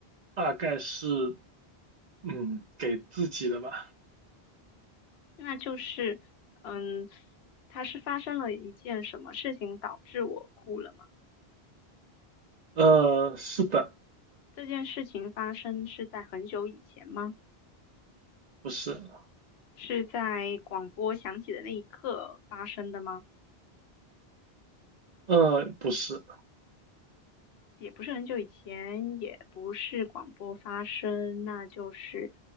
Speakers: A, on the right; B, on the left.
A: 大概是，嗯，给自己的吧。
B: 那就是，嗯，它是发生了一件什么事情导致我哭了吗？
A: 呃，是的。
B: 这件事情发生是在很久以前吗？
A: 不是，
B: 是在广播响起的那一刻发生的吗？
A: 呃，不是，
B: 也不是很久以前，也不是广播发生，那就是